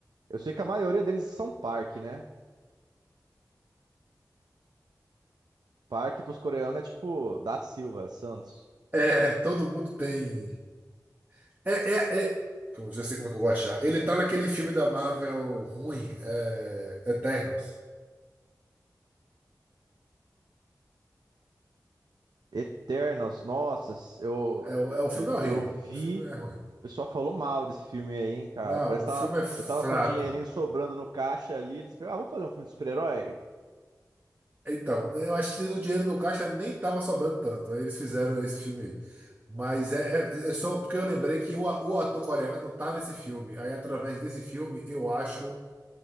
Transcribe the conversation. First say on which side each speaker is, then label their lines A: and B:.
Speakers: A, on the right; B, on the right.
A: Eu sei que a maioria deles são Park, né? Park pros coreanos é tipo da Silva, Santos.
B: É, todo mundo tem. É, é, é. Pô, já sei como é que eu vou achar. Ele tá naquele filme da Marvel ruim, é, Eternals.
A: Eternos, nossas, eu,
B: É, o é, o filme
A: eu,
B: é horrível.
A: eu vi.
B: O filme é ruim.
A: O pessoal falou mal desse filme aí, hein, cara.
B: Não,
A: Parece que
B: o filme
A: tava,
B: é fraco.
A: ele tava com um dinheirinho sobrando no caixa ali. Eles pensaram, ah, vamos fazer um filme de super-herói?
B: Então, eu acho que o dinheiro no caixa nem tava sobrando tanto. Aí eles fizeram esse filme aí. Mas é, é- é só porque eu lembrei que o, a- o ator coreano tá nesse filme. Aí, através desse filme, eu acho.